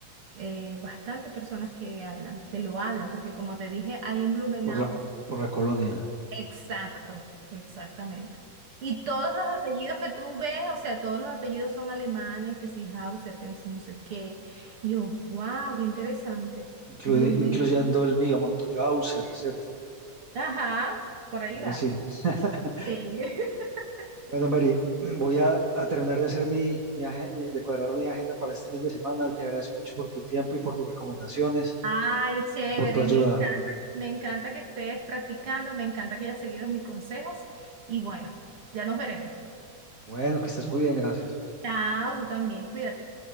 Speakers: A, on the right; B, on the right.
A: eh, bastante personas que hablan, que lo hablan, porque como te dije, hay en Blumenau.
B: Por la, por la colonia,
A: Exacto, exactamente. Y todos los apellidos que tú ves, o sea, todos los apellidos son alemanes, que si Hauser, que si no sé qué. Y yo, wow, qué interesante.
B: inclu-
A: Blumen.
B: incluyendo el mío, Montoya Auser, ¿cierto?
A: Ajá, por ahí
B: Algo
A: va.
B: así. <laughs>
A: Sí. <laughs>
B: Bueno, Mary, voy a, a terminar de hacer mi, mi aje- mi- de cuadrar mi agenda para este fin de semana. Te agradezco mucho por tu tiempo y por tus recomendaciones
A: Ay, chévere,
B: y por tu ayuda.
A: me encanta, me encanta que estés practicando, me encanta que hayas seguido mis consejos y bueno, ya nos veremos.
B: Bueno, que estés muy bien, gracias.
A: Chao, tú también, cuídate.